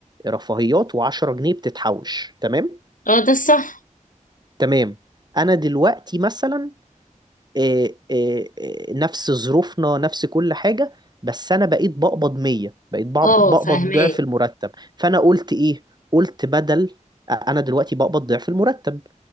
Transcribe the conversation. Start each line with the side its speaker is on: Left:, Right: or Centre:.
Right: رفاهيات و10 جنيه بتتحوش تمام
Left: اه ده الصح
Right: تمام انا دلوقتي مثلا آه، آه، آه، نفس ظروفنا نفس كل حاجة بس انا بقيت بقبض 100 بقيت بق-
Left: اه
Right: بقبض
Left: فاهماك
Right: ضعف المرتب فانا قلت ايه قلت بدل انا دلوقتي بقبض ضعف المرتب